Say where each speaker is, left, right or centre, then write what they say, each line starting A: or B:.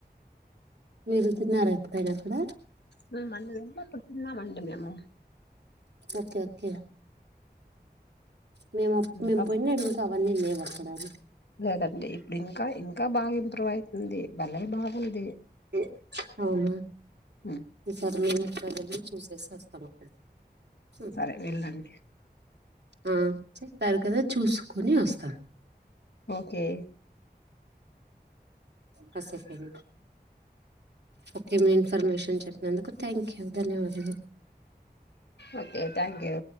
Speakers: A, on the right; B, on the left.
A: మీరు తిన్నారా ఎప్పుడైనా అక్కడ
B: మేమందరేమో అప్పుడు తిన్నమండి మేము
A: ఓకే ఓకే మేము
B: ఇంకా
A: మేము పొనాడు ఇంకా అవన్నీ లేవు అక్కడ అది
B: లేదండి ఇప్పుడు ఇంకా ఇంకా బాగా ఇంప్రూవ్ అయితుంది భలే బాగుంది
A: ఇ అవునా
B: ఉమ్,
A: ఈ సారి మేమోకసారి వెళ్లి చూసేసస్తాము ఉ
B: సరే వెళ్ళండి
A: ఆ చేయ్ పెరుగదా చూసుకుని వస్తాం
B: ఓకే
A: కసేపెన్ ఓకే మీం ఇన్ఫర్మేషన్ చెప్పినందుకు థ్యాంక్ యూ ధన్యవాదాలు
B: ఓకే థ్యాంక్ యూ